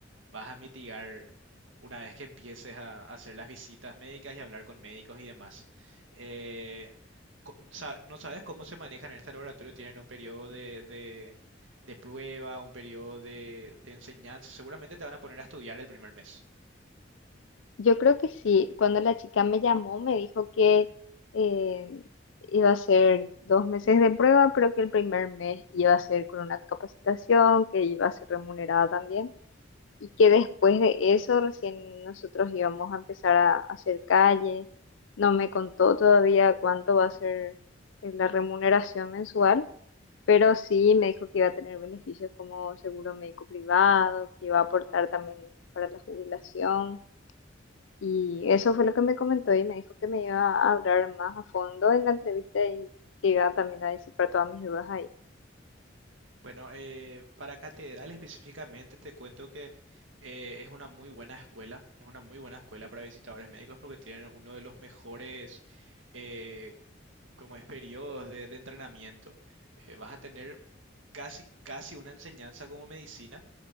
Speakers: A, on the right; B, on the left.
A: vas a mitigar una vez que empieces a a hacer las visitas médicas y hablar con médicos y demás. Eh, co- sa- ¿no sabes cómo se manejan en este laboratorio? ¿Tienen un periodo de, de- de prueba, un periodo de, de enseñanza? Seguramente te van a poner a estudiar el primer mes.
B: Yo creo que sí. Cuando la chica me llamó, me dijo que eh, iba a ser dos meses de prueba, pero que el primer mes iba a ser con una capacitación, que iba a ser remunerada también, y que después de eso recién nosotros íbamos a empezar a, a hacer calle. No me contó todavía cuánto va a ser eh, la remuneración mensual, pero sí me dijo que iba a tener beneficios como seguro médico privado, que iba a aportar también para la jubilación y eso fue lo que me comentó y me dijo que me iba a hablar más a fondo en la entrevista y que iba también a disipar todas mis dudas ahí.
A: Bueno, eh, para Catedral específicamente te cuento que eh, es una muy buena escuela, es una muy buena escuela para visitadores médicos porque tienen uno de los mejores eh, como es periodos de, de entrenamiento, eh, vas a tener casi, casi una enseñanza como medicina.